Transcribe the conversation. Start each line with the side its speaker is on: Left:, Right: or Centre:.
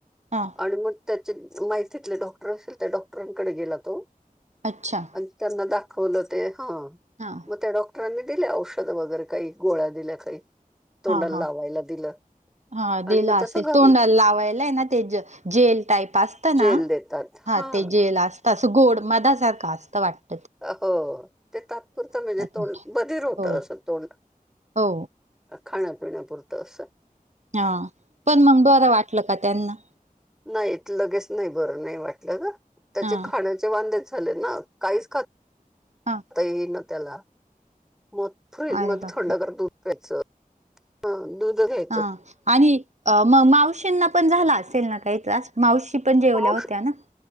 Right: हां.
Centre: आणि मग त्याचे माहीतीतले डॉक्टर असेल त्या डॉक्टरांकडे गेला तो
Right: अच्छा
Centre: अनं त्यांना दाखवलं ते हा
Right: हां
Centre: म त्या डॉक्टरांनी दिल्या औषधं वगैरे काही गोळ्या दिल्या काही तोंडाला
Right: हा हा
Centre: लावायला दिलं
Right: हा
Centre: आणि
Right: दिलं
Centre: मग
Right: असेल
Centre: तसं घरी
Right: तोंड लावायला ये ना ते ज जेल टाईप असत
Centre: जेल
Right: ना
Centre: देतात हां
Right: हा ते जेल असतं असं गोड मधासारखं असतं वाट
Centre: अ हो ते तात्पुरत म्हणजे तोंड
Right: तोंडात
Centre: बधीर होतं
Right: हो
Centre: असं तोंड
Right: हो
Centre: खाण्यापिण्या पुुरतं असं
Right: हा पण मंग बरं वाटलं का त्यांना
Centre: नाही लगेच नाही बरं नाही वाटलं ग त्याचे
Right: हा
Centre: खाणं ण्याचे वांदेच झाले ना काहीच खात
Right: हा
Centre: ता येई ना त्याला मग फ्रीज
Right: अरे
Centre: मध्ये
Right: बापरे
Centre: थंडगार दूध प्यायचं. ह दूधच घ्याय
Right: अ आणि अ म मावशींना पण झाला असेल ना काही त्रास मावशी पण जेवल्या
Centre: मावशी
Right: होत्या ना